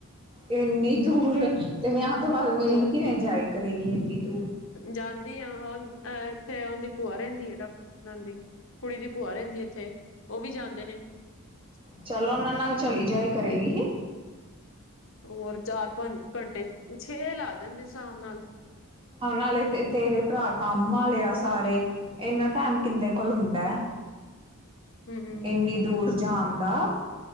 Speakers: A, on the right; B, on the left.
A: ਇੰਨੀ ਦੂਰ ਤੇ ਵਿਆਹ ਤੋਂ ਬਾਅਦ ਮਿਲਣ
B: ਹੋਰ
A: ਕਿਵੇਂ ਜਾਇ ਕਰੇਗੀ ਇੰਨੀ ਹਾਂਜੀ।
B: ਜਾਂਦੀ ਆਹ ਇੱਥੇ ਆਦੀ ਭੂਆ ਰਹਿੰਦੀ ਹ ਨਾ ਰਹਿੰਦੀ ਉਹ ਕੁੜੀ ਦੀ ਭੂਆ ਰਹਿੰਦੀ ਉਥੇ ਭੂਆ ਰਹਿੰਦੀ ਇਥੇ ਉਹ ਵੀ ਜਾਂਦੇ ਨੇ ।
A: ਚਲ ਉਹਨਾਂ ਨਾਲ ਚਲੀ ਜਾਏ ਕਰੇਗੀ ਹੀ।
B: ਹੋਰ ਚਾਰ, ਪੰਜ ਘੰਟੇ ਛੇ ਲਾ ਜਾਂਦੇ ਸ਼ਾਮ ਨਾਲ
A: ਵਾਲੇ ਤੇ ਤੇਰੇ ਭਰਾ ਕੰਮ ਵਾਲੇ ਆ ਸਾਰੇ ਇਨਾ ਟਾਈਮ ਕਿੰਦੇ ਕੋਲ ਹੁੰਦਾ ਹੈ।
B: ਹਮ ਹਮ
A: ਇੰਨੀ ਦੂਰ ਜਾਣ ਦਾ